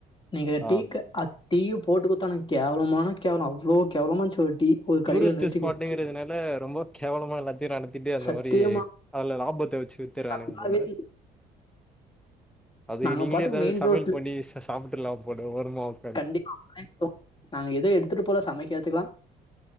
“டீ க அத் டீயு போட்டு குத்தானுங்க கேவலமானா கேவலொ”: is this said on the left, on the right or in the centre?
Left